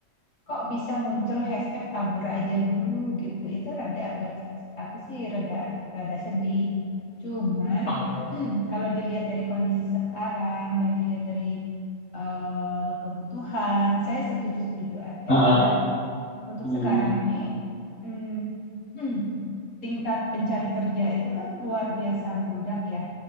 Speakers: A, on the left (about 90°); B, on the left (about 65°).
A: kok bisa muncul hashtag kabur aja dulu gitu. Itu rada buat aku sih rada rada sedih. Cuman
B: Oke.
A: <clears throat> kalau dilihat dari kondisi sekarang dan dilihat dari eh, kebutuhan, saya setuju-setuju aja
B: Ah,
A: karena
B: ah,
A: untuk
B: hmm,
A: sekarang ini mm, <clears throat> tingkat pencari kerja itu kan luar biasa membludak ya.